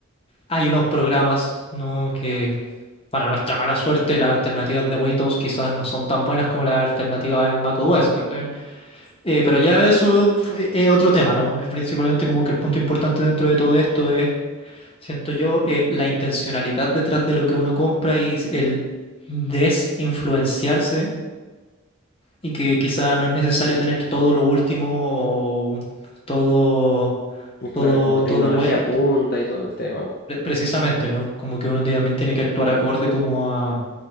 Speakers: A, on the left; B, on the left.
A: hay unos programas, ¿no? Que para nuestra mala suerte las alternativas de Windows quizás no son tan buenas como las alternativas en macOS, ¿cachai? Eh, pero ya eso f- es otro tema, ¿no? Es principalmente como que el punto importante dentro de todo esto es Siento yo eh, la intencionalidad detrás de lo que uno compra y s- el desinfluenciarse y que quizás no es necesario tener todo lo último o todo,
B: Y claro,
A: todo,
B: como
A: todo
B: tecnología
A: bueno,
B: punta y todo el tema.
A: precisamente, ¿no? Como que uno tie- también tiene que actuar acorde como a,